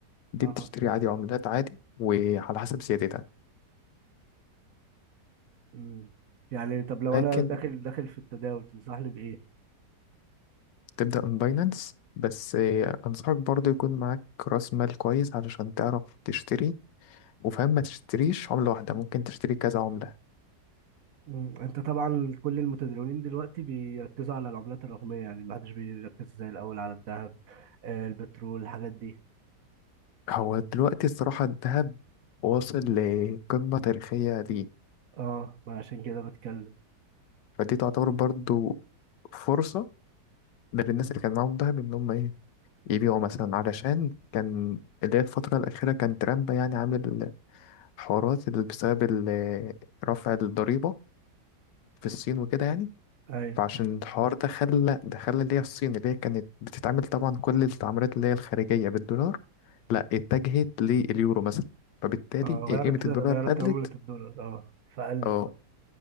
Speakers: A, on the left; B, on the right.
A: دي
B: اه
A: بتشتري عادي عملات عادي وعلى حسب زيادتها
B: مم. يعني طب لو
A: لكن
B: انا داخل داخل في التداول تنصحني بايه
A: تبدأ من باينانس بس آه، أنصحك برضو يكون معاك رأس مال كويس علشان تعرف تشتري وفاهم ما تشتريش عملة واحدة ممكن تشتري كذا عملة
B: مم. انت طبعا كل المتداولين دلوقتي بيركزوا على العملات الرقميه يعني ما حدش بيركز زي الاول على الذهب آه البترول الحاجات دي
A: هو دلوقتي الصراحة الذهب واصل لقمة تاريخية دي
B: اه ما عشان كده بتكلم
A: فدي تعتبر برضو فرصة ده للناس اللي كان معاهم دهب إن هم إيه يبيعوا مثلا علشان كان اللي هي الفترة الأخيرة كان ترامب يعني عامل حوارات اللي بسبب ال- رفع الضريبة في الصين وكده يعني
B: ايوه
A: فعشان الحوار ده خلى ده خلى اللي هي الصين اللي هي كانت بتتعامل طبعا كل التعاملات اللي هي الخارجية بالدولار لا اتجهت لليورو مثلا فبالتالي
B: اه غيرت
A: قيمة الدولار
B: غيرت
A: قلت
B: عمله الدولار اه فقلت
A: اه
B: بقى